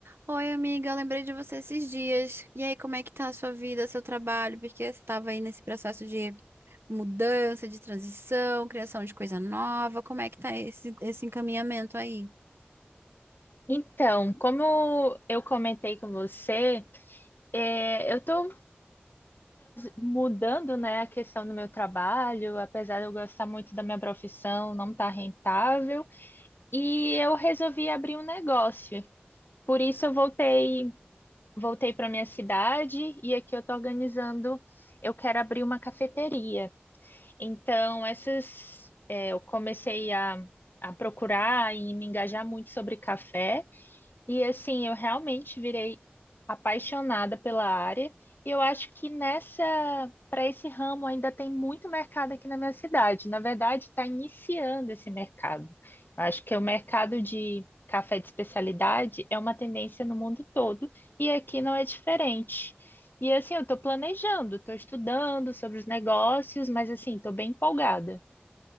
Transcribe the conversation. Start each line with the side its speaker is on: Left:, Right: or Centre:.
Right: Oi, amiga, eu lembrei de você esses dias. E aí, como é que tá a sua vida, seu trabalho? Porque você estava aí nesse processo de mudança, de transição, criação de coisa nova. Como é que tá esse, esse encaminhamento aí?
Left: Então, como eu comentei com você, é, eu estou mudando, né, a questão do meu trabalho, apesar de eu gostar muito da minha profissão, não está rentável, e eu resolvi abrir um negócio. Por isso eu voltei, voltei para minha cidade e aqui eu estou organizando, eu quero abrir uma cafeteria. Então, essas, é, eu comecei a a procurar e me engajar muito sobre café. E assim, eu realmente virei apaixonada pela área e eu acho que nessa para esse ramo ainda tem muito mercado aqui na minha cidade. Na verdade, está iniciando esse mercado. Eu acho que o mercado de café de especialidade é uma tendência no mundo todo e aqui não é diferente. E assim, eu estou planejando, estou estudando sobre os negócios, mas assim, estou bem empolgada.